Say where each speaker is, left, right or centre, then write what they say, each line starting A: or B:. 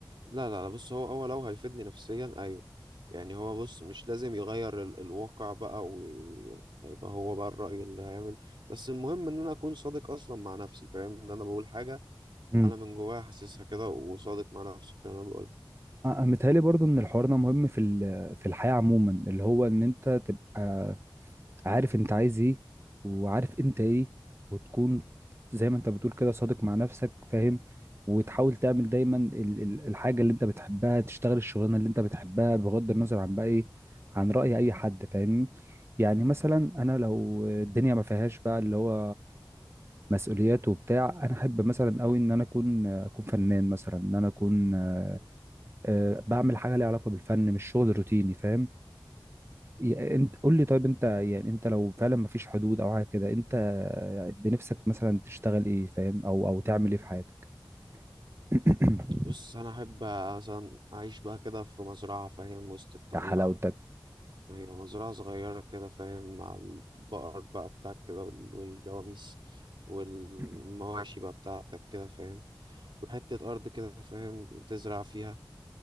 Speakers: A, on the right (about 70°); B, on the right (about 30°).
A: لا لا لا، بص هو هو لو هيفيدني نفسيا ايوه يعني هو بص مش لازم يغير ال الواقع بقى ويبقى هو بقى الرأي اللي هيعمل بس المهم ان انا اكون صادق اصلا مع نفسي فاهم ان انا بقول حاجة
B: امم
A: انا من جوايا حاسسها كده وصادق مع نفسي في اللي انا بقولها
B: متهيألي برضو ان الحوار ده مهم في ال- في الحياة عموما اللي هو ان انت تبقى عارف انت عايز ايه وعارف انت ايه وتكون زي ما انت بتقول كده صادق مع نفسك فاهم وتحاول تعمل دايما ال- ال- الحاجة اللي انت بتحبها تشتغل الشغلانة اللي انت بتحبها بغض النظر عن بقى ايه عن رأي اي حد فاهمني يعني مثلا انا لو الدنيا ما فيهاش بقى اللي هو مسؤوليات وبتاع انا احب مثلا قوي ان انا اكون اكون فنان مثلا ان انا اكون آه،
A: مم.
B: آه، بعمل حاجة ليها علاقة بالفن مش شغل روتيني فاهم يا- انت قول لي طيب انت يعني انت لو فعلا مفيش حدود او حاجه كده انت بنفسك مثلا تشتغل ايه فاهم او او تعمل ايه في حياتك <coughs>
A: بص انا احب مثلا اعيش بقى كده في مزرعة فاهم وسط الطبيعة
B: يا حلاوتك
A: هي مزرعة صغيرة كده فاهم مع البقر بقى بتاعك كده وال- والجواميس والمواشي
B: <clears throat>
A: بقى بتاعتك كده فاهم وحتة أرض كده فاهم بتزرع فيها